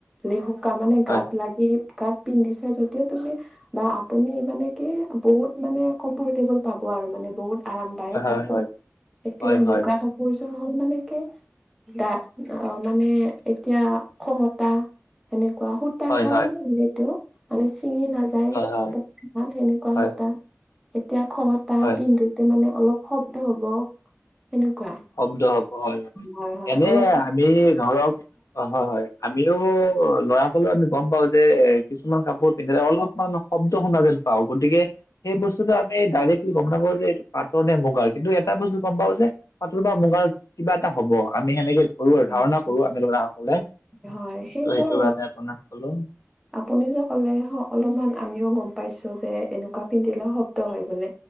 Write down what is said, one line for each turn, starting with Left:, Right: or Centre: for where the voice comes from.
Centre: লেহুকা মানে
Left: হয়
Centre: গাত লাগি গাত পিন্ধিছে যদিও তুমি বা আপুনি মানে কি বহুত মানে কম্ফৰটেবুল পাব আৰু মানে বহুত আৰামদায়ক
Left: হয়,
Centre: কাপোৰ
Left: হয়,
Centre: এতিয়া
Left: হয়, হয়।
Centre: মুগা কাপোৰযোৰ হ'ল মানেকি দাঠ অ', মানে এতিয়া খহতা সেনেকুৱা সুত তাৰ
Left: হয়, হয়,
Centre: কাৰণে
Left: হয়,
Centre: ম এইটো মানে ছিঙি নাযায়
Left: হয়, হয়,
Centre: প সেনেকুৱা
Left: হয়,
Centre: সূতা। এতিয়া খহতা
Left: হয়,
Centre: পিন্ধোতে মানে অলপ শব্দ হব সেনেকুৱা।
Left: শব্দ হব হয়
Centre: হয় হয়
Left: এনে
Centre: অলপমান
Left: আমি ধৰক অ', হয় হয়। আমিও ল'ৰা সলেও আমি গম পাও যে কিছুমান কাপোৰ পিন্ধিলে অলপ মান শব্দ শুনা যেন পাওঁ গতিকে সেই বস্তুটো আমি ডাইৰেক্ট গম নাপাব যে এইটো পাটৰ নে মুগাৰ কিন্তু এটা বস্তু গম পাও যে পাতৰ বা মুগাৰ কিবা এটা হব আমি সেনেকে কৰো আৰু
Centre: হয়
Left: ধাৰণা
Centre: হয়
Left: কৰো আমি লৰা সকলে ত
Centre: হয় সেইযোৰ
Left: সেইটোৰ বাবে আপোনাক কলো।
Centre: আপুনি যে ক'লে অলপমান আমিও গম পাইছো যে এনেকুৱা পিন্ধিলে শব্দ হয় বুলি।